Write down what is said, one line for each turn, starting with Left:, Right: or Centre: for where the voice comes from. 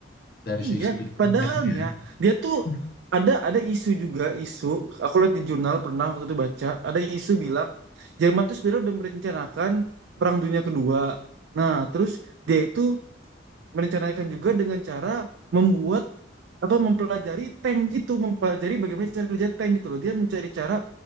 Left: dari
Right: Iya,
Left: sisi
Right: padahalnya
Left: teknik ya.
Right: dia tuh
Left: Hmm.
Right: ada ada isu juga isu. Aku lihat di jurnal pernah waktu itu baca ada isu bilang Jerman tuh sebenarnya udah merencanakan Perang Dunia Kedua. Nah, terus dia itu merencanakan juga dengan cara membuat apa mempelajari tank gitu, mempelajari bagaimana cara kerja tank gitu loh. Dia mencari cara